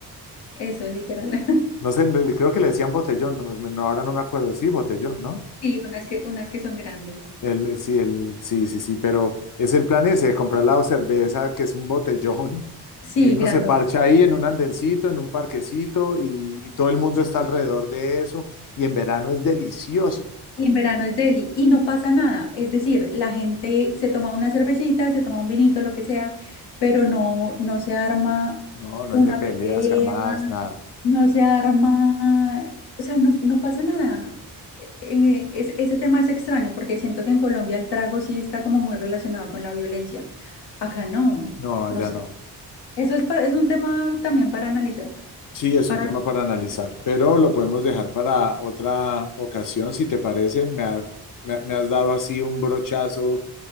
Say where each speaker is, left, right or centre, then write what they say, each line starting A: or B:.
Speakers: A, on the left; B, on the left.
A: Eso, literal. <laughs>
B: No sé, le- creo que le decían botellón, no, me- no, ahora no me acuerdo. Sí, botellón, ¿no?
A: Sí, unas que, unas que son grandes.
B: El, sí, el, sí, sí, sí, pero es el plan ese, de comprar la cerveza, que es un botellón, <laughs>
A: Sí,
B: y uno
A: grandote.
B: se parcha ahí en un andencito, en un parquecito, y, y todo el mundo
A: Sí.
B: está alrededor de eso, y en verano es delicioso.
A: Y en verano es Delhi y no pasa nada. Es decir, la gente se toma una cervecita, se toma un vinito, lo que sea, pero no, no se arma
B: No, no
A: una
B: es de peleas
A: pelea,
B: jamás, nada.
A: no se arma, o sea, no, no pasa nada. Eh, es- ese tema es extraño porque siento que en Colombia el trago sí está como muy relacionado con la violencia. Acá no,
B: No,
A: no
B: ya
A: sé.
B: no.
A: Eso es, pa- es un tema también para analizar,
B: Sí, es
A: para...
B: un tema para analizar, pero lo podemos dejar para otra ocasión, si te parece. Me ha- me me has dado así un brochazo